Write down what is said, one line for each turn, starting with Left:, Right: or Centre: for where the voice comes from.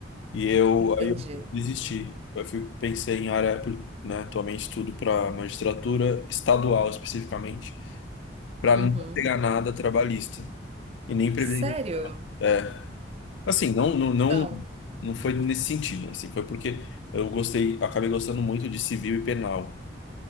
Left: e eu
Right: entendi.
Left: aí eu desisti. Eu fui, pensei em área, né, atualmente estudo para magistratura estadual especificamente, para
Right: Uhum.
Left: não pegar nada trabalhista e nem previdência.
Right: Sério?
Left: É, assim, não, não, não,
Right: Então,
Left: não foi nesse sentido, assim, foi porque eu gostei, acabei gostando muito de civil e penal.